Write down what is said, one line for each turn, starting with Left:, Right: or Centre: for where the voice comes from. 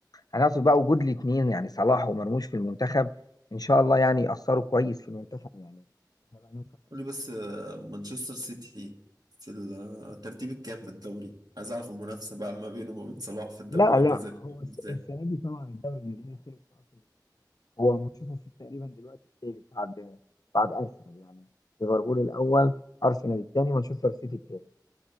Left: هنقصد بقى وجود الاثنين يعني صلاح ومرموش في المنتخب ان شاء الله يعني يأثروا كويس في المنتخب يعني إحنا بقى نوصل
Right: قول لي بس آه، مانشستر سيتي في الترتيب الكام في الدوري عايز اعرف المنافسة بقى ما بينه وما بين صلاح في الدوري
Left: لا
Right: الانجليزي
Left: لا
Right: هتكون
Left: هو الس-
Right: ازاي
Left: السنه دي طبعا الدوري الانجليزي خلص خلاص هو مانشستر سيتي تقريبا دلوقتي الثالث بعد بعد ارسنال يعني ليفربول الاول ارسنال الثاني مانشستر سيتي الثالث